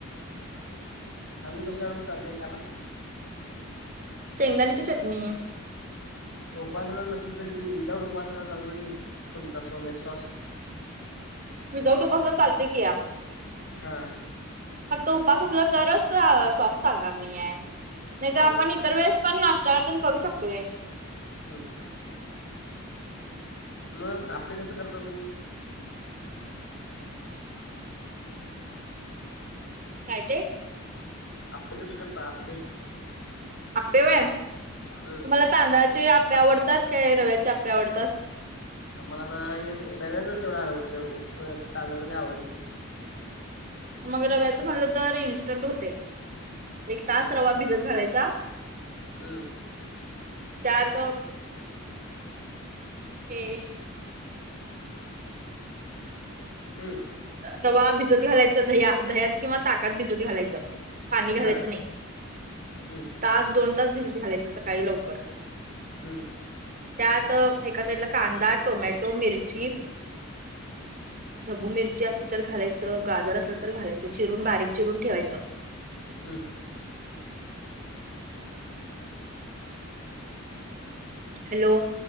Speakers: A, on the left; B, on the right.
A: आजुन कसा बरोबर चालतंय खायाला?
B: शेंगदाण्याची चटणी.
A: उपासना नसल तरी विदाऊट उपासना चालणार की तुमचा टोमॅटो सॉस.
B: विदाऊट उपवासाला चालते की या.
A: हा.
B: फक्त उपास असला तरच सॉस चालणार नाही ये.
A: हम्म
B: नाही तर आपण इतर वेळेस पण नाष्टयाल्या पण करू शकतोय.
A: हम्म, मग आप्पे कसं करता तुम्ही?
B: काय ते
A: आप्पे कसं करता आप्पे
B: आप्पे व्हय तुम्हाला
A: हम्म
B: तांदळाचे आप्पे आवडतात काय रव्याचे आप्पे आवडतात
A: मला ना एक रव्याचं तेवढं आवडतं तांद्यळाच काय आवडतं नाही
B: मग रव्याचं म्हटलं तर इन्स्टंट होतय एक तास
A: हम्म
B: रवा भिजत घालायचा
A: हम्म
B: त्यात हे एक
A: हम्म
B: रवा भिजत घालायचं दया दह्यात किंवा ताकात भिजत घालायचं पाणी घालायचं
A: बर
B: नाही
A: हम्म
B: तास दोन तास भिजत घालायच सकाळी लवकर
A: हम्म
B: त्यात एका साईडला कांदा, टोमॅटो, मिरची ढबू मिरची असली तर घालायचं गाजर असल तर घालायचं चिरून बारीक चिरून ठेवायचं
A: हम्म
B: हॅलो